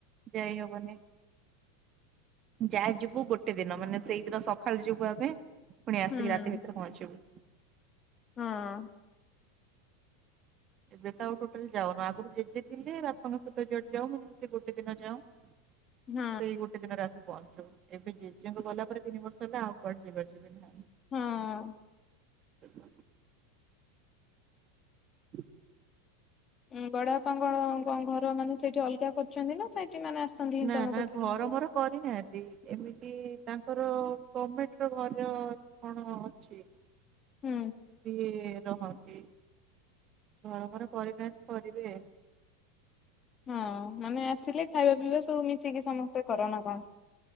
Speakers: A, on the right; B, on the left.
A: ଯାଇ ହବନି। ଯାହା ଯିବୁ ଗୋଟେ ଦିନ ମାନେ ସେଇଦିନ ସଖାଳେ ଯିବୁ ଆମେ ଫୁଣି ଆସିକି
B: ହୁଁ
A: ରାତି ଭିତରେ ପହଞ୍ଚିବୁ।
B: ହଁ।
A: ଏବେ ତ ଆଉ ଟୋଟାଲି ଯାଉନୁ ଆଗୁରୁ ଜେଜେ ଥିଲେ ବାପାଙ୍କ ସହିତ ଜୁଆଡେ ଯାଉ ମାନେ ଯେମତି ଗୋଟେ ଦିନ ଯାଉ। <inaudible>
B: ହଁ
A: ସେଇ ଗୋଟେ ଦିନରେ ଆସି ପହଞ୍ଚୁ ଏବେ ଜେଜେଙ୍କ ଗଲା ପରେ ତିନି ବର୍ଷ ହେଲା ଆଉ କୁଆଡେ ଯିବାର ଯିବ। ବିନା
B: ହଁ।
A: <unintelligible> <inaudible>
B: ଉଁ ବଡ ବାପାଙ୍କ ଘର ମାନେ ସେଇଠି ଅଲଗା କରଚନ୍ତି ନା ସେଇଠି ମାନେ। ଆସନ୍ତି ହିଁ
A: ନା
B: ତମ
A: ନା
B: ପାଖରେ
A: ଘର
B: ହିଁ ରୁହନ୍ତି?
A: ମୋର କ କରିନାହାନ୍ତି ଏମିତି ତାଙ୍କର ଗମେଣ୍ଟ୍ ର ଘର। କଣ ଅଛି।
B: ହୁଁ।
A: ସିଏ ରହନ୍ତି ଘରଫର କରି ନାହାନ୍ତି କରିବେ।
B: ହଁ ମାନେ ଆସିଲେ ଖାଇବା ପିଇବା ସବୁ ମିଶିକି ସମସ୍ତେ କରନା କଣ?